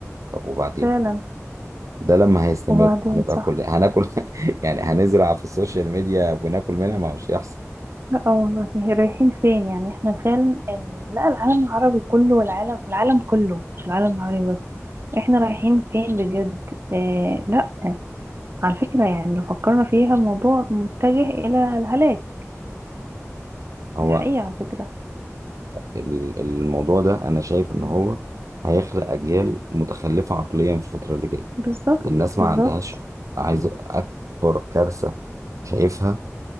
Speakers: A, on the right; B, on the right.
A: طب وبعدين
B: فعلا
A: ده لما هيستمر
B: وبعدين
A: هنبقى
B: صح
A: كل هناكل <laughs> يعني هنزرع في السوشيال ميديا وناكل منها ما هوش يحصل
B: لا آه، والله رايحين فين يعني احنا فعلا ال... لا العالم العربي كله والعالم العالم كله مش العالم العربي بس احنا رايحين فين بجد اه لا على فكرة يعني لو فكرنا فيها الموضوع متجه إلى الهلاك
A: هو
B: دي حقيقة على فكرة
A: ال- الموضوع ده انا شايف ان هو هيخلق اجيال متخلفه عقليا في الفتره اللي جايه
B: بالظبط
A: الناس ما
B: بالظبط
A: عندهاش عايز اكبر كارثه شايفها